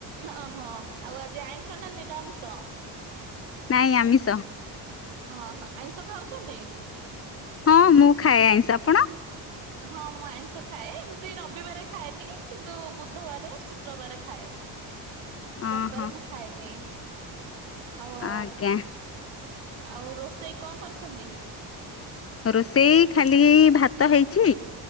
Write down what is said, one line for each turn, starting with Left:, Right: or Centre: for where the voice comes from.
Right: ଓହୋ ଆଉ ଆଜି ଆଇଂଶ ନା ନିରାମିଷ।
Left: ନାଇଁ ଆମିଷ।
Right: ଓହୋ ଆଇଁଷ ଖାଉଛନ୍ତି।
Left: ହଁ ମୁଁ ଖାଏ ଆଇଶ ଆ ଆପଣ।
Right: ହଁ ମୁଁ ଆଇଁଷ ଖାଏ ଏମିତି ରବିବାରେ ଖାଏନି କିନ୍ତୁ ବୁଧବାର ଶୁକ୍ରବାରେ ଖାଏ।
Left: ଅଁ
Right: ରବିବାରେ
Left: ହଁ
Right: ମୁଁ ଖାଏନି। ଆଉ ଆଉ
Left: ଆଜ୍ଞା।
Right: ଆଉ ରୋଷେଇ କଣ କରିଛନ୍ତି।
Left: ରୋଷେଇ ଖାଲି ଏଇ ଭାତ ହେଇଛି।